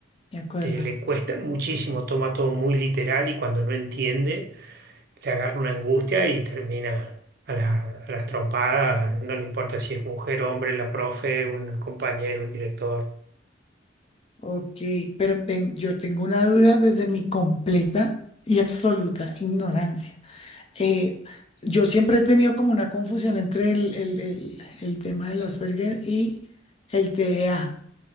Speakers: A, on the left; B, on the right.
A: De acuerdo.
B: Eh, le cuestan muchísimo, toma todo muy literal y cuando no entiende le agarra una angustia y termina a, la- a las trompadas, no le importa si es mujer, hombre, la profe, un compañero, el director.
A: Ok, pero ten- yo tengo una duda desde mi completa y absoluta ignorancia. Eh, yo siempre he tenido como una confusión entre el, el- el- el tema del Asperger y el TDA.